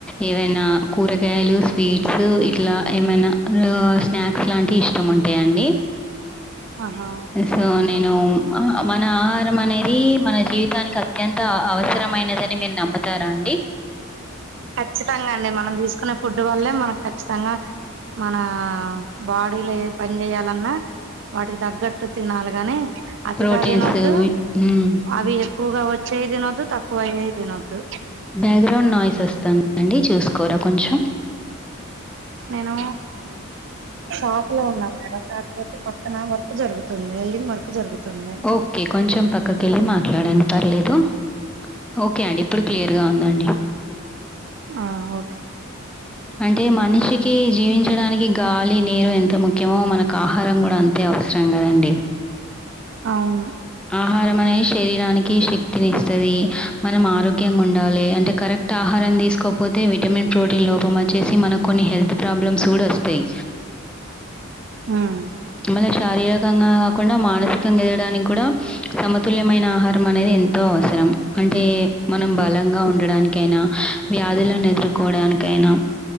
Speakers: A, in the centre; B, on the right.
A: ఏవైనా కూరగాయలు స్వీట్స్ ఇట్ల ఏమైన స్నాక్స్ లాంటి ఇష్టముం ఉంటయ అండి
B: ఆహా
A: సో నేను మన ఆహ రం అనేది మన జీవితానికి అత్యంత అవసరమైనదని మీరు నమ్ముతారా అండి
B: ఖచ్చితంగా అండి మనం తీసుకునే ఫుడ్ వల్లే మనకు ఖచ్చితంగ మన బాడీలో ఏది పని చేయాలన్నా వాటికి తగ్గట్టు తినాలి గానే
A: ప్రోటీన్స్
B: తిగా తినొద్దు
A: వి హ్మ్.
B: అవి ఎక్కువగా వచ్చాయి తినొద్దు తక్కువ అయ్యేయి తినొద్దు
A: బ్యాక్‌గ్రౌండ్ నాయిస్ వస్తుందండి. చూసుకోరా కొంచెం?
B: నేను షాపులో ఉన్నాను మేడం కాకపోతే పక్కన వర్క్ జరుగుతుంది వెల్డింగ్ వర్క్ జరుగుతుంది
A: ఓకే కొంచెం పక్కకి వెళ్ళి మాట్లాడాండి పర్లేదు ఓకే అండి ఇప్పుడు క్లియర్ గా ఉందండి
B: ఆఓ
A: అంటే మనిషికి జీవించడానికి గాలి నీరు ఎంత ముఖ్యమో మనకు ఆహారం కూడా అంతే అవసరం కదండి
B: అవును
A: ఆహారం అనేది శరీరానికి శక్తిని ఇస్తది మనం ఆరోగ్యంగా ఉండాలి అంటే కరెక్ట్ కరెక్ట్ ఆహారం తీసుకోపోతే విటమిన్ ప్రోటీన్ లోపం వచ్చేసి మనకు కొన్ని హెల్త్ ప్రాబ్లమ్స్ కూడా వస్తయి
B: ఉమ్
A: మళ్ళ శారీరకంగా కాకుండా మానసికంగా ఎదగడానికి కూడా సమతుల్యమైన ఆహారం అనేది ఎంతో అవసరం అంటే మనం బలంగా ఉండడానికైనా వ్యాధులను ఎదుర్కోవడానికైనా